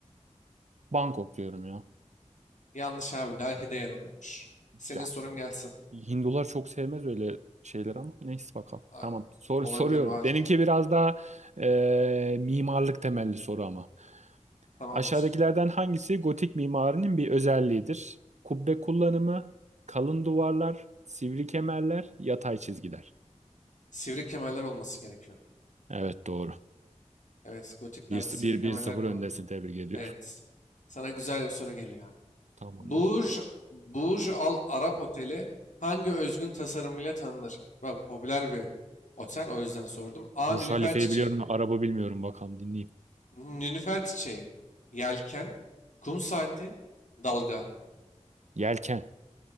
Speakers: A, on the right (about 70°); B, on the left (about 85°).
A: Bangkok diyorum ya.
B: Yanlış abi. Delhi'de yer alıyormuş. Senin
A: Ya
B: sorun gelsin.
A: Hindular çok sevmez öyle şeyler ama neyse bakalım.
B: Am,
A: Tamam sor,
B: Olabilir
A: soruyorum.
B: belki.
A: Benimki biraz daha e, mimarlık temelli soru ama.
B: Tamamdır.
A: Aşağıdakilerden hangisi gotik mimarinin bir özelliğidir? Kubbe kullanımı, kalın duvarlar, sivri kemerler, yatay çizgiler.
B: Sivri kemerler olması gerekiyor.
A: Evet doğru.
B: Evet, gotiklerde
A: Bir
B: sivri
A: bir
B: kemerler
A: 1 0
B: kullanılıyor.
A: öndesin tebrik ediyorum.
B: Evet. Sana güzel bir soru geliyor abi.
A: Tamamdır.
B: Burj, Burj Al Arab Oteli hangi özgün tasarımıyla tanınır? Bak popüler bir otel o yüzden sordum. A.
A: Bursa
B: Nilüfer
A: Halife'yi
B: çiçeği.
A: biliyorum da araba bilmiyorum bakalım dinleyeyim.
B: Nilüfer çiçeği. Yelken. Kum saati. Dalga.
A: Yelken.